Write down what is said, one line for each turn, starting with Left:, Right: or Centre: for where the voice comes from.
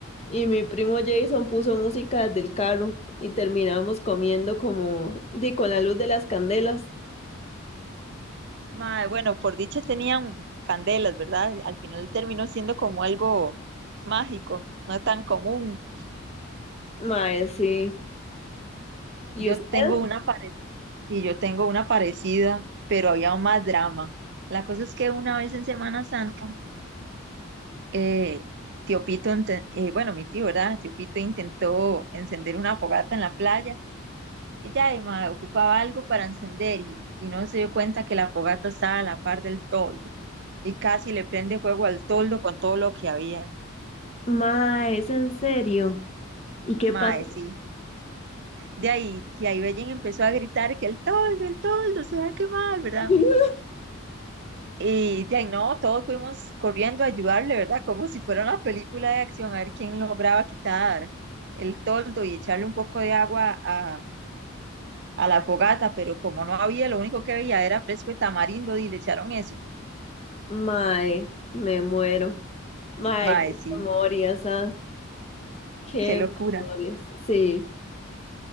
Left: y mi primo Jason puso música del carro y terminamos comiendo como di con la luz de las candelas.
Right: Mae, bueno, por dicha tenían candelas, ¿verdad? Al final terminó siendo como algo mágico, no tan común.
Left: Mae, sí. ¿Y
Right: Yo
Left: usted?
Right: tengo una parecida, y yo tengo una parecida, pero había más drama. La cosa es que una vez en Semana Santa, eh, tío Pito, inte- eh, bueno, mi tío, ¿verdad? Tío Pito intentó encender una fogata en la playa. Ella además ocupaba algo para encender y, y no se dio cuenta que la fogata estaba a la par del toldo y casi le prende fuego al toldo con todo lo que había.
Left: Mae, ¿es en serio? ¿Y qué
Right: Mae,
Left: pasó?
Right: sí. De ahí, tía Ibellen empezó a gritar que el toldo, el toldo se va a quemar, ¿verdad?
Left: <laughs>
Right: Y de ahí no, todos fuimos corriendo a ayudarle, ¿verdad? Como si fuera una película de acción, a ver quién lograba quitar el toldo y echarle un poco de agua a, a la fogata, pero como no había, lo único que veía era fresco de tamarindo y le echaron eso.
Left: Mae, me muero. Mae,
Right: Mae,
Left: qué
Right: sí,
Left: memorias, ah, qué
Right: qué locura.
Left: memorias. Sí,